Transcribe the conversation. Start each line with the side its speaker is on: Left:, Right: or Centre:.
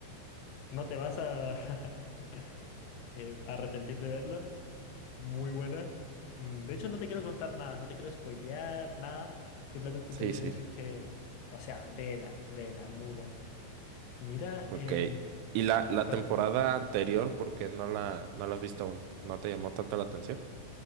Left: no te vas a <laughs> eh, arrepentir de verla. Muy buena. Mm, De hecho, no te quiero contar nada, no te quiero spoilear nada. Simplemente
Right: Sí,
Left: te voy
Right: sí.
Left: a decir que, o sea, vela, vela, muy buena. Mira,
Right: Ok.
Left: em,
Right: ¿Y la, la
Left: para,
Right: temporada anterior, por qué no la, no la has visto aún? ¿No te llamó tanto la atención?